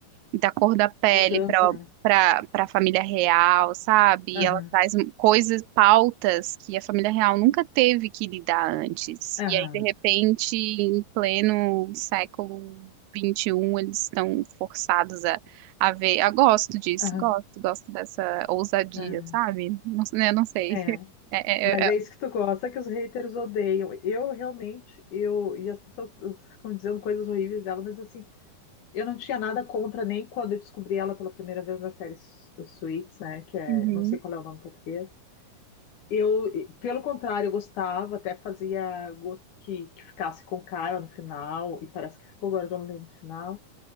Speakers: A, on the right; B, on the left.
A: da cor da pele
B: Mudança,
A: para
B: né?
A: para para a família real, sabe?
B: Aham,
A: Ela traz um- coisas, pautas que a família real nunca teve que lidar antes.
B: aham,
A: E aí, de repente, em pleno século 21 eles estão forçados a, a ver. Ah, gosto disso,
B: aham,
A: gosto, gosto dessa ousadia,
B: aham.
A: sabe? Não, eu não sei.
B: É,
A: <laughs> É-
B: mas
A: é-
B: é
A: é-
B: isso que tu gosta, que os haters odeiam. Eu realmente, eu e as pessoas ficam dizendo coisas horríveis dela, mas assim, eu não tinha nada contra nem quando eu descobri ela pela primeira vez na série Su- Suits, né? Que é,
A: Uhum.
B: não sei qual é o nome em português. Eu, pelo contrário, eu gostava, até fazia gosto que, que ficasse com o cara no final, e parece que ficou agora, eu já não lembro no final.